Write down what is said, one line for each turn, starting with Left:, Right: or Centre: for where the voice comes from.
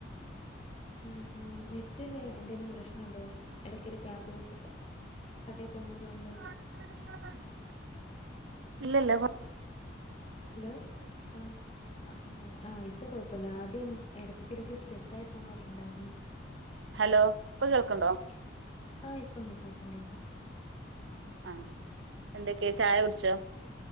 Left: ഉം ഉം നെറ്റിന് എന്തെലും പ്രശ്നുണ്ടോ ഇടക്കടക്ക് ആദ്യമൊക്കെ കട്ടായി പോകുന്നോലെണ്ട്
Right: <unintelligible> ഇല്ല ല്ല
Left: ഹലോ ആ ആ ആ ഇപ്പൊ കൊഴപ്പല്ല ആദ്യം എടക്കടക്ക് സ്റ്റെക്ക് ആയി പോന്നോലെണ്ടായിരുന്നു
Right: ഹലോ ഇപ്പൊ കേൾക്കണ്ടോ
Left: <unintelligible> ആ ഇപ്പം കേക്ക കേക്കാം
Right: ആഎന്തൊക്കെ ചായ കുടിച്ചോ